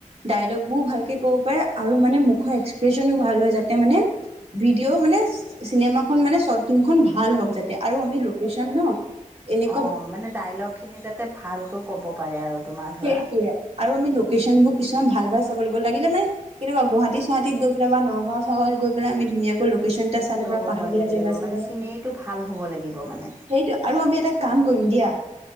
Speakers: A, on the right (about 50°); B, on the right (about 20°).
A: ডায়লগ বোৰ ভালকে ক'ব পাৰে আৰু মানে মুখৰ এক্সপ্ৰেচনো ভাল হয় যাতে মানে ভিডিঅ' মানে চিনেমা খ মানে চৰ্ট ফিল্ম খন ভাল হওঁক যাতে আৰু আমি লোকেশ্যন ন এনে
B: অ', মানে ডাইল'গখিনি যাতে ভালকৈ ক'ব পাৰে আৰু তোমাৰ ধৰা
A: সেইটোৱে আৰু
B: সেইটো।
A: আমি লোকেশ্যন বোৰ কিছুমান ভাল, ভাল চাব লাগিব লাগিলে মানে <unintelligible> গুৱাহাটী, গুৱাহীত গৈ পেলাই বা নগাঁও চগাওঁত গৈ পেলাই আমি ধুনীয়াকৈ ল কেশ্যন এটা চাই
B: ল'ব
A: লৈ পাহাৰীয়া
B: পাৰিব
A: জেগা
B: লাগিব
A: চেগা,
B: মানে চিনেৰীটো ভাল হ'ব লাগিব মানে
A: সেইটোৱে আৰু আমি এটা কাম কৰিম দিয়া!